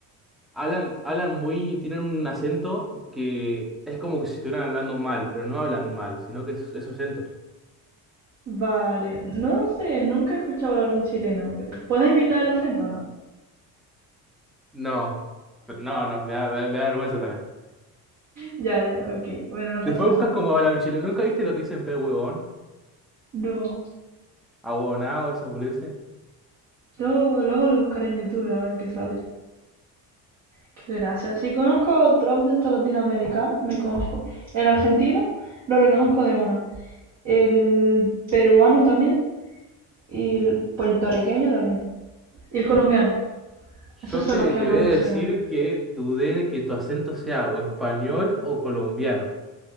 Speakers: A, in the centre; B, on the right (about 45°).
A: hablan, hablan muy... Tienen un acento que es como que si estuvieran hablando mal, pero no hablan mal, sino que es, es su acento.
B: Vale. No sé, nunca he escuchado hablar un chileno, creo. ¿Puedes imitar el acento o no?
A: No. Pero no, no, me da, me da- me da vergüenza también.
B: Ya, ya, ok. Bueno, no pasa
A: Después
B: nada.
A: buscas cómo habla un chileno. ¿Nunca viste lo que dicen pe huevón?
B: No.
A: Ahuevonao, esas boludeces.
B: Luego, luego lo buscaré en YouTube a ver qué sale. Qué gracia. Si conozco otros acentos latinoamericanos, me conozco. El argentino lo reconozco de una. El peruano también. Y el puertorriqueño también. Y el colombiano. Esos
A: Yo
B: son
A: te,
B: los que
A: te
B: más
A: voy
B: me
A: a decir
B: suenan.
A: que dudé de que tu acento sea o español o colombiano.